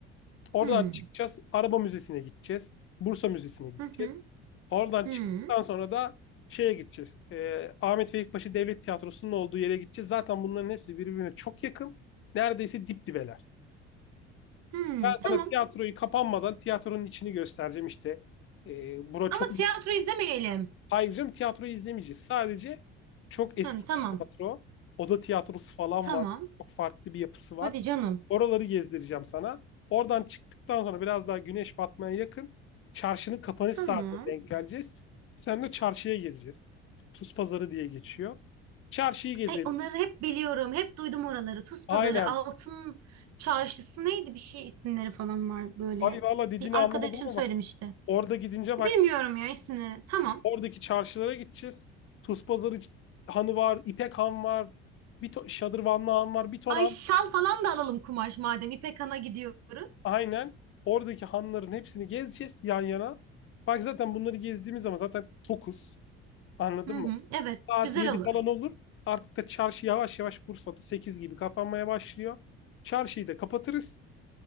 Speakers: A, on the left (about 45°); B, on the right (about 60°).
A: Oradan
B: Hmm.
A: çıkacağız. Araba Müzesi'ne gideceğiz. Bursa Müzesi'ne gideceğiz.
B: Hı hı.
A: Oradan
B: Hmm.
A: çıktıktan sonra da şeye gideceğiz. Ee, Ahmet Vefik Paşa Devlet Tiyatrosu'nun olduğu yere gideceğiz. Zaten bunların hepsi birbirine çok yakın. Neredeyse dip dibeler.
B: Hmm.
A: Ben
B: Tamam.
A: sana tiyatroyu kapanmadan tiyatronun içini göstereceğim işte. Ee, bura
B: Ama
A: çok
B: tiyatro izlemeyelim.
A: Ayrıca tiyatroyu izlemeyeceğiz. Sadece çok eski
B: Hı, tamam.
A: bir tiyatro. Oda tiyatrosu falan
B: Tamam.
A: var. Çok farklı bir yapısı var.
B: Hadi canım.
A: Oraları gezdireceğim sana. Oradan çıktıktan sonra biraz daha güneş batmaya yakın çarşının kapanış
B: Tamam.
A: saatine denk geleceğiz. Seninle çarşıya gezeceğiz. Tuz pazarı diye geçiyor. Çarşıyı gezeriz.
B: Ay onları hep biliyorum. Hep duydum oraları. Tuz Pazarı,
A: Aynen.
B: Altın Çarşısı neydi bir şey isimleri falan var böyle.
A: Ay valla dediğini
B: Bir arkadaşım
A: anlamadım ama
B: söylemişti.
A: orada gidince bak
B: Bilmiyorum ya isimleri. Tamam.
A: oradaki çarşılara gideceğiz. Tuz pazarı hanı var, İpek han var, bir to- Şadırvanlı han var, bir ton
B: Ay
A: han
B: şal falan da alalım kumaş madem İpek Han'a gidiyoruz.
A: Aynen oradaki hanların hepsini gezeceğiz yan yana. Bak zaten bunları gezdiğimiz zaman zaten tokuz. Anladın
B: Hı hı.
A: mı?
B: Evet,
A: Saat
B: güzel
A: 7
B: olur.
A: falan olur. Artık da çarşı yavaş yavaş Bursa'da 8 gibi kapanmaya başlıyor. Çarşıyı da kapatırız.